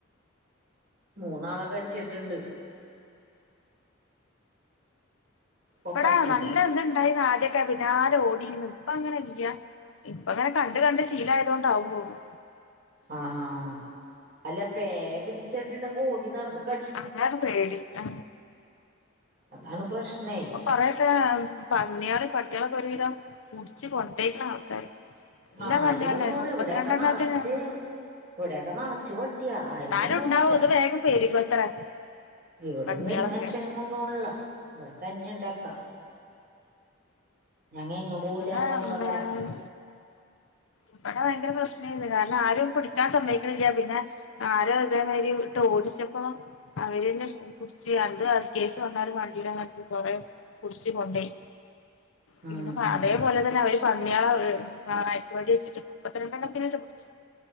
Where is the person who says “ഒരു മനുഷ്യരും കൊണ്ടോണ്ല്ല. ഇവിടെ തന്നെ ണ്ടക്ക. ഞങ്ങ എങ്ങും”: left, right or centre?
Right